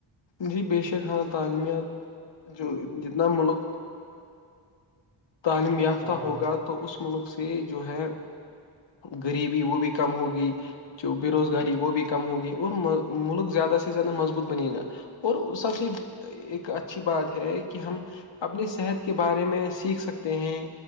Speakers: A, on the left; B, on the right.
A: جی بے شک ہاں تعلیمت جو جتنا ملک عالم یافتہ
B: ہاں بھائی
A: ہوگا
B: جان
A: تو اس ملک سے جو ہے غریبی وہ بھی کم ہوگی جو بےروزگاری وہ بھی کم ہوگی اور ملک زیادہ سے زیادہ مضبوط بنے گا اور سب سےیز ایک اچھی بات ہے کہ ہم اپنی صحت کے بارے میں سیکھ سکتے ہیں